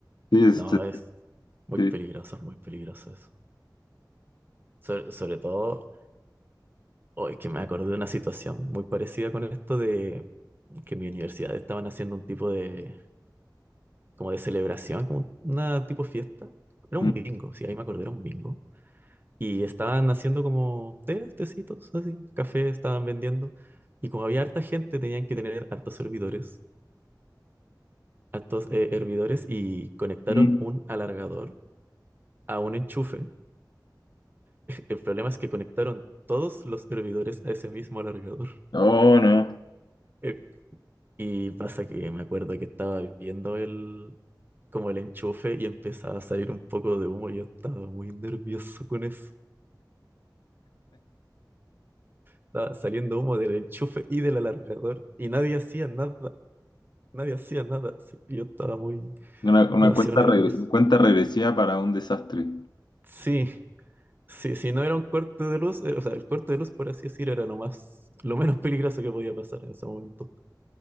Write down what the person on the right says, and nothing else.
No, es muy
peligroso, es muy peligroso eso. Sobre, sobre todo, oh, es que me acordé de una situación muy parecida con esto de que en mi universidad estaban haciendo un tipo de, como de celebración, como una tipo fiesta. Era un
bingo, sí, ahí me acordé, era un bingo. Y estaban haciendo como té, tecitos, así, café estaban vendiendo. Y como había harta gente, tenían que tener hartos servidores, hartos eh, hervidores, y conectaron
un alargador a un enchufe. <laughs> El problema es que conectaron todos los hervidores a ese mismo alargador.
Eh, Y pasa que me acuerdo que estaba viendo el, como el enchufe y empezaba a salir un poco de humo. Yo estaba muy nervioso con eso. Estaba saliendo humo del enchufe y del alargador y nadie hacía nada. nadie hacía nada, así que yo estaba muy,
demasiado
nervioso.
Sí, sí, si no era un corte de luz, eh, o sea, el corte de luz, por así decir, era lo más, lo menos peligroso que podía pasar en ese momento.